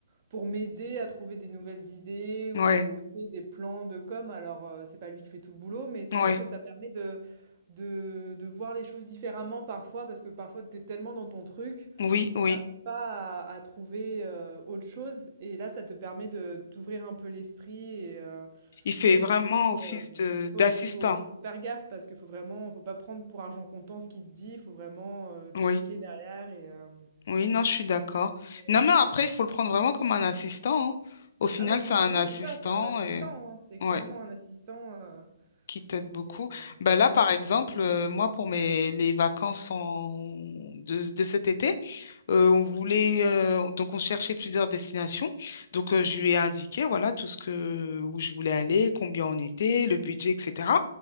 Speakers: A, on the right (about 35°); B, on the left (about 45°).
A: pour m'aider à trouver des nouvelles idées ou
B: ouais,
A: tu sais, des plans de com. Alors, euh, c'est pas lui qui fait tout le boulot, mais c'est
B: ouais.
A: vrai que ça permet de, de, de voir les choses différemment parfois parce que parfois, t'es tellement dans ton truc.
B: Oui, oui.
A: J'arrive pas à, à trouver euh, autre chose et là ça te permet de d'ouvrir un peu l'esprit et, euh,
B: Il fait
A: mais
B: vraiment
A: c'est sûr
B: office
A: que euh,
B: de
A: faut,
B: d'assistant.
A: faut, faut faire gaffe parce qu'il faut vraiment faut pas prendre pour argent comptant ce qu'il te dit, il faut vraiment euh,
B: Oui,
A: checker derrière et euh,
B: oui, non, je suis d'accord.
A: mais
B: Non,
A: ouais.
B: mais après, il faut le prendre vraiment comme un assistant. hein. Au final,
A: Ah mais c'est
B: c'est un
A: c'est- oui,
B: assistant
A: c'est ça, c'est un assistant,
B: et
A: hein, c'est clairement
B: ouais,
A: un assistant euh,
B: qui t'aide beaucoup.
A: et, euh,
B: Ben là,
A: ouais.
B: par exemple, euh, moi, pour mes les vacances en... de, de cet été, Euh, on voulait euh, donc on cherchait plusieurs destinations. Donc euh, je lui ai indiqué voilà tout ce que où je voulais aller, combien on était, le budget, etc.